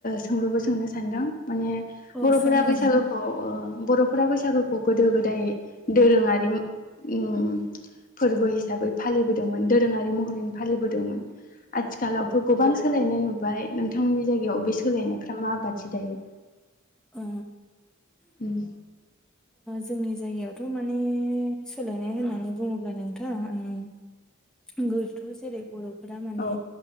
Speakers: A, on the left; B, in the centre.
A: सोंलुबो सोंनो सानदों। माने
B: औ
A: बर'फोरा
B: सोंदो
A: बैसागोखौ
B: नोंथां
A: बर'फोरा बैसागोखौ गोदो गोदाय दोरोङारि उम फोरबो हिसाबै फालिबोदोंमोन दोरोङारि महरै फालिबोदोंमोन। आथिखालावथ' गोबां सोलायनाय नुबाय नोंथांमोननि जायगायाव बे सोलायनायफ्रा मा बादि? मिथियो दायो?
B: ओ
A: उम
B: जोंनि जायगायावथ' माने सोलायनाय होननानै बुङोब्ला नोंथां आं गोथौ जेरै बर' बे फोर माने
A: औ